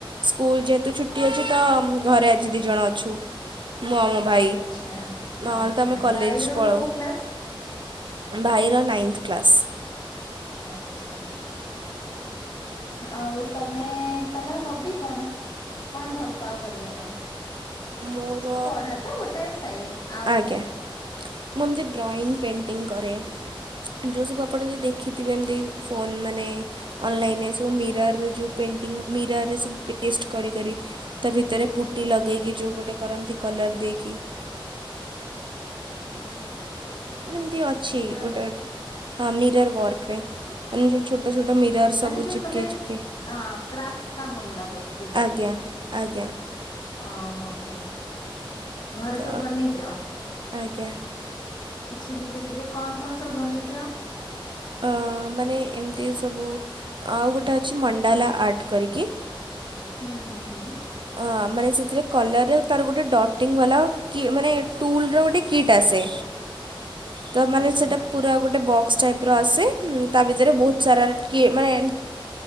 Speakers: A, on the right; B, on the left.
A: ସ୍କୁଲ୍ ଯେହେତୁ ଛୁଟି ଅଛି ତ ଘରେ ଆଜି ଦୁଇଜଣ ଅଛୁ। ମୁଁ ଆଉ ମୋ ଭାଇ,
B: ଆଚ୍ଛା
A: ନହେଲେ
B: ଆଚ୍ଛା
A: ତ ଆମେ କଲେଜ୍
B: ଭାଇର
A: ପଳାଉ।
B: କୋଉ କ୍ଲାସ?
A: ଭାଇର ନାଇନ୍ଥ୍ କ୍ଲାସ୍।
B: ଆଚ୍ଛା! ଆଉ ତମେ ତମର ହବି କଣ? କଣ ଭଲ ପାଅ କରିଆ ପାଇଁ?
A: ମୋର
B: ପଢା ତ ଗୋଟେ ସାଇଡ୍ ଆଉ
A: ଆଜ୍ଞା
B: କଣ?
A: ମୁଁ ଏମତି ଡ୍ରଇଂ ପେଣ୍ଟିଂ କରେ। ଯଉ ସବୁ ଆପଣ ଯେଦି ଦେଖିଥିବେ ଏମତି ଫୋନ ମାନେ ଅନଲାଇନରେ ସବୁ ମିରର୍ ରେ ଯୋଉ ପେଣ୍ଟିଗ୍ଂ ମିରର୍ ରେ ସଵ ପିଡିଏସ୍ଟ କରି କରି ତା ଭିତରେ ପୁଟି ଲଗେଇକି ଯୋଉ ଗୋଟେ କରନ୍ତି କଲର୍ ଦେଇକି
B: ଆଚ୍ଛା!
A: ମାନେ ଏମତି ଅଛି
B: ମିରର
A: ଗୋଟେ <unintelligible> ହଁ, ମିରର ୱର୍କରେ। ଏମ୍ ଯୋଉ ଛୋଟୋ ଛୋଟୋ
B: ଆଚ୍ଛା
A: ମିରର୍ ସବୁ
B: ମାନେ ଯୋଉ
A: ଚିପକେଇ
B: ତମେ
A: ଚିପକେଇ,
B: କ୍ରାଫ୍ଟ କାମ ଗୁଡାକ କହୁଛ ବୋଧେ
A: ଆଜ୍ଞା। ଆଜ୍ଞା
B: ଓହୋ ହୋ ଘରେ
A: ତ
B: ସଵ୍ ବନେଇଚ।
A: ଆଜ୍ଞା
B: କିଛି ନିଜେ ନିଜେ କଣ କଣ ସବୁ ବନେଇଛ?
A: ଅଁ ମାନେ ଏମତି ସବୁ ଆଉ ଗୋଟେ ଅଛି ମଣ୍ଡାଲା ଆର୍ଟ କରିକି
B: ହୁଁ, ହୁଁ, ହୁଁ।
A: ହଁ, ମାନେ ସେଥିରେ କଲର୍ ରେ ତାର ଗୋଟେ ଡଟିଙ୍ଗ ୱାଲା କି ମାନେ ଟୁଲ୍ ର ଗୋଟେ କିଟ୍ ଆସେ। ତମାନେ
B: ଆଚ୍ଛା
A: ସେଇଟା ପୁରା ଗୋଟେ ବକ୍ସ ଟାଇପ୍ର ଆସେ, ତା ଭିତରେ ବହୁତ ସାରାର କିଏ ମାନେ